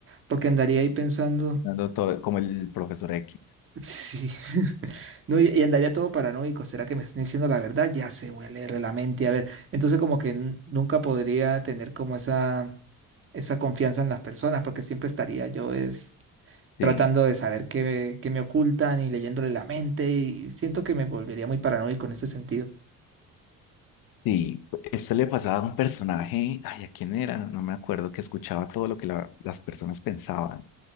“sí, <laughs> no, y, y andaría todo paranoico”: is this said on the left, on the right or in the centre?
Right